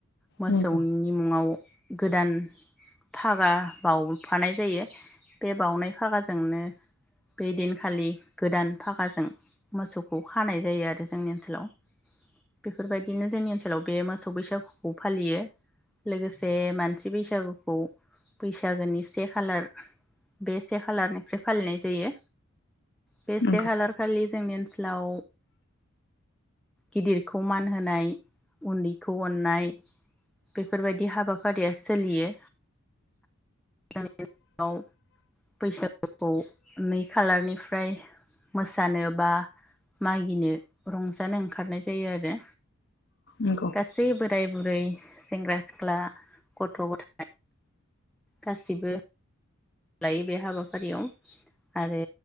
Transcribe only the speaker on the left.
नंगौ
नंगौ
नंगौ